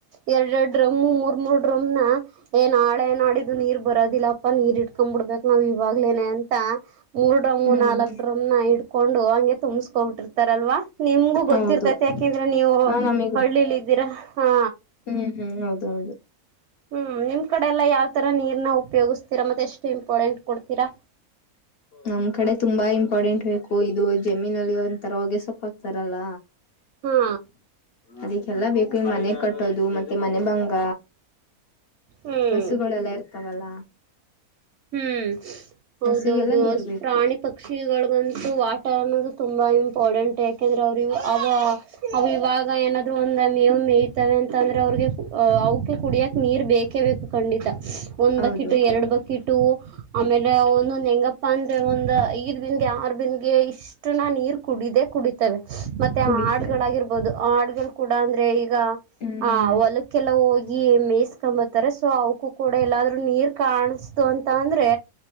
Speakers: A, on the right; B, on the left.
A: ಎರಡ್ ಎರಡ್ ಡ್ರಮು ಮೂರ್ ಮೂರ್ ಡ್ರಮ್ನ ಏನ್ ಆಳ ಏನ್ ಆಡಿದ ದು ನೀರ್ ಬರೋದಿಲ್ಲಪ್ಪ ನೀರ್ ಇಟ್ಕೊಂಡ್ ಬಿಡ್ಬೇಕಕ್ ನಾವ್ ಇವಾಗ್ಲೇನೆ ಅಂತ ಮೂರ್ ಡಮ್ಮ
B: ಹ್ಮ್
A: ನಾಲ್ಕ್ ಇಡ್ಕೊಂಡು ಹಂಗ ತುಂಬ್ಸ್ಕೋಬಿಟ್ಟಿರ್ತಾರಲ್ವಾ ನಿಮ್ಗು ಗೊತ್ತಿರ್ತೈತಿ
B: ಹೌದು
A: ಯಾಕಂದ್ರೆ ನೀವು
B: ಹ ನಮಗೂ
A: ಹಳ್ಳಿಲ್ ಇದ್ದೀರಾ ಹಾ
B: ಹ್ಮ್ ಹ್ಮ್ ಹೌದ ಹೌದು
A: ಹ್ಮ್ ನಿಮ್ ಕಡೆ ಎಲ್ಲಾ ಯಾವ್ ತರ ನೀರ್ನ ಉಪಯೋಗಿಸ್ತೀರಾ ಮತ್ತೆ ಎಷ್ಟು ಇಂಪಾರ್ಟೆಂಟ್ ಕೊಡ್ತೀರಾ
B: ನಮ್ ಕಡೆ ತುಂಬಾ ಇಂಪಾರ್ಟೆಂಟ್ ಬೇಕು ಇದು ಜಮೀನಲ್ಲಿ ಒಂತರ ಹೊಗೆ ಸೊಪ್ಪ ಆಗ್ತಾರಲ್ಲ
A: ಹಾ
B: ಅದಕ್ಕೆಲ್ಲಾ ಬೇಕು ಈ ಮನೆ ಕಟ್ಟೋದು ಮತ್ತೆ ಮನೆ ಬಂಗ
A: ಹ್ಮ್
B: ಹಸುಗಳೆಲ್ಲ ಇರ್ತಾವಲ್ಲ
A: ಹ್ಮ್ ಹೌದೌದು
B: ಹಸುಗೆಲ್ಲ ನೀರ್ ಬೇಕು
A: ಪ್ರಾಣಿ ಪಕ್ಷಿಗಳಗಂತೂ ವಾಟ ಅನ್ನೋದು ತುಂಬ ಇಂಪಾರಡೆೆಂಟ್ ಯಾಕೆಂದರೆೆ ಅವ್ರ ಆ ಅ ಇವಾಗ ಏನಾದ್ರು ಒಂದ ಮೇವು ಮೇಯ್ತವೆ ಅಂತ ಅಂದ್ರೆ ಅವ್ರಿಗೆ ಅವಕ ಕುಡಿಯಕ್ ನೀರ್ ಬೇಕೇ ಬೇಕು ಖಂಡಿತ ಒಂದ್
B: ಹೌದು
A: ಬಕಿಟು ಎರಡು ಬಕೆಟು ಆಮೇಲೆ ಒಂದೊಂದ ಹೆಂಗಪ್ಪ ಅಂದ್ರೆ ಒಂದ ಈ ನ್ಗೆ ಯರ್ ಬಿನ್ಗೆ ಇಷ್ಟುನ ನೀರ್ ಕುಡಿದೇ ಕುಡಿತವೆ ಮತ್ತೆ
B: ಕುಡಿತೇವೆ
A: ಹಾಡ್ಗಳಾಗಿರ್ಬಹುದು ಹಾಡ್ಗಲ್ ಕೂಡ ಅಂದ್ರೆ ಈಗ
B: ಹ್ಮ್
A: ಆ ಹೊಲಕ್ಕೆಲ್ಲ ಹೋಗಿ ಮೇಯಸ್ಕೊಂಬತಾರೆ ಸೊ ಅವಕೂ ಕೂಡ ಎಲ್ಲಾದ್ ನೀರ್ ಕಾಣ ಅಂತ ಅಂದ್ರೆ